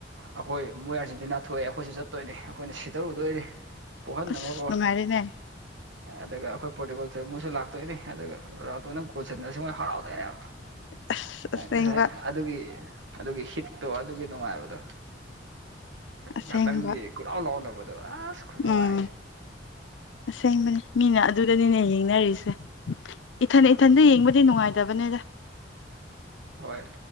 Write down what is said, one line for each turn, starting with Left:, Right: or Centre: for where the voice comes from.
Right: ꯑꯩꯈꯣꯏ ꯃꯣꯏ ꯑꯥꯔꯖꯦꯟꯇꯤꯅꯥ ꯊꯣꯛꯑꯦ ꯑꯩꯈꯣꯏꯁꯨ ꯆꯠ ꯇꯣꯏꯅꯤ ꯑꯩꯈꯣꯏꯅ ꯁꯤꯗꯔꯨꯗꯣꯏꯅꯤ ꯄꯣꯛꯍꯟꯅꯅꯕꯀꯣ
Left: ꯑꯁ ꯅꯨꯡꯉꯥꯏꯔꯦꯅꯦ
Right: ꯑꯗꯨꯒ ꯑꯩꯈꯣꯏ ꯄꯣꯔꯇꯤꯒꯣꯜ ꯃꯣꯏꯁꯨ ꯂꯥꯛꯇꯣꯏꯅꯦ ꯑꯗꯨꯒꯅ ꯒꯣꯜ ꯁꯟꯁ ꯃꯣꯏ ꯍꯔꯥꯎꯗꯣꯏꯅꯦꯕ
Left: ꯑꯁ ꯑꯁꯦꯡꯕ
Right: ꯉꯁꯥꯏ ꯑꯗꯨꯒꯤ ꯑꯗꯨꯒꯤ ꯍꯤꯠꯇꯣ ꯑꯗꯨꯒꯤ ꯅꯨꯡꯉꯥꯏꯕꯗꯣ
Left: ꯑꯁꯦꯡꯕ
Right: ꯉꯥꯛꯇꯪꯒꯤ ꯈꯨꯠꯂꯥꯎ ꯂꯥꯎꯅꯕꯗꯣ ꯑꯁ ꯈꯨꯅꯨꯡꯉꯥꯏꯗꯤ
Left: ꯎꯝ ꯑꯁꯦꯡꯕꯅꯦ ꯃꯤ ꯃꯤꯅ ꯑꯗꯨꯗꯅꯤꯅꯦ ꯌꯦꯡꯅꯔꯤꯁꯦ ꯏꯊꯟ
Right: ꯎꯝ
Left: ꯏꯊꯟꯗ ꯌꯦꯡꯕꯗꯤ ꯅꯨꯡꯉꯥꯏꯇꯕꯅꯤꯗ
Right: ꯍꯣꯏ